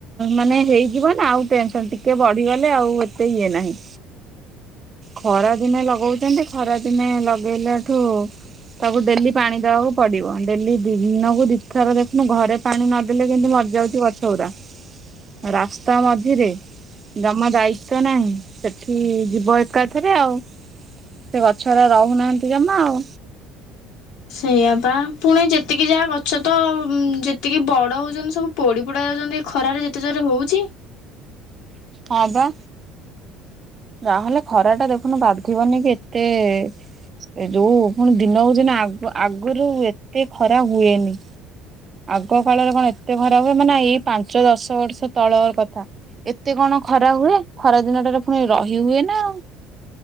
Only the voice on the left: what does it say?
ସେଇଆ ପା ପୁଣି ଯେତିକି ଯାହା ଗଛ ତ ଯେତିକି ବଡ ହଉଛନ୍ତି ସବୁ ପୋଡି ପୋଡା ଯାଉଛନ୍ତି ଏ ଖରାରେ ଯେତେ ଜୋରେ ହଉଛି।